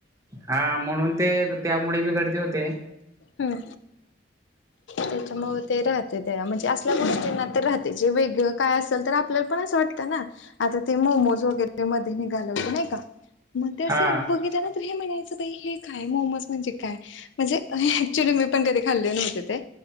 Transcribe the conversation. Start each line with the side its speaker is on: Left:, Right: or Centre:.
Right: हा म्हणून ते त्यामुळे बी गर्दी होते.
Left: हं. त्याच्यामुळे ते राहते त्या म्हणजे असल्या गोष्टींना तर राहते जे वेगळं काय असेल तर आप आपल्याला पण असं वाटतं ना आता ते मोमोज वगैरे मध्ये निघाल होत नाही का? मग ते असं
Right: हा
Left: बघितल्या नंतर तर हे म्हणायचं बाई हे काय मोमोज म्हणजे काय म्हणजे ऍक्च्युली मी पण कधी खाल्ले नव्हते ते